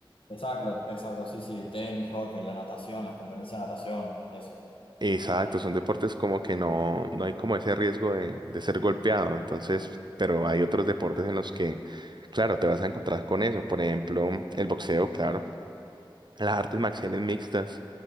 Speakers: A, on the left (about 70°); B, on the right (about 55°).
A: Exacto, exacto, sí, sí, tenis, hockey, la natación, las competencias de natación, eso.
B: Exacto, son deportes como que no, no hay como ese riesgo de, de ser golpeado, entonces, pero hay otros deportes en los que, claro, te vas a encontrar con eso, por ejemplo, el boxeo, claro, las artes marciales mixtas,